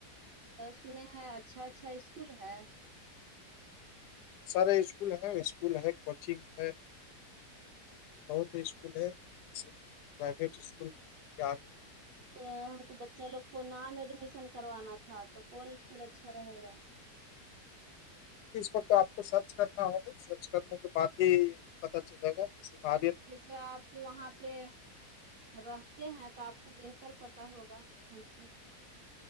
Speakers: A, on the right (about 70°); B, on the left (about 80°).
A: سنے ہیں اچھا اچھا اسکول ہے
B: سارے اسکول ہے اسکول ہے کوچنگ ہے بہت اسکول ہے جسے پرائیویٹ اسکول ج رہی
A: تو ہم کو بچہ لوگ کو نام ایڈمیشن کروانا تھا تو کون اسکول اچھا رہے گا
B: اسس وقت آپ کو سرچ کرنا ہوگا سرچ کرنے کے بعد ہی پت چلے گا آاد
A: جیسے آپ وہاں پہ رہتے ہیں تو آپ کو بہتر پتا ہوگا ہم سے